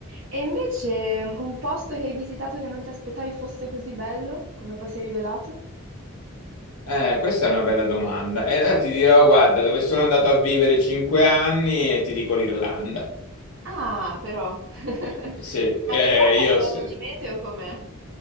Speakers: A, on the right; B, on the left.
A: e invece mh, un posto che hai visitato che non ti aspettavi fosse così bello, come poi si è rivelato?
B: Eh, questa è una bella domanda. E eh, ti dirò, guarda, dove sono andato a vivere cinque anni e ti dico l'Irlanda.
A: Ah, però. <laughs>
B: Eh, sì,
A: Ma
B: eh,
A: l'Irlanda
B: io...
A: a livello
B: s-
A: di meteo com'è?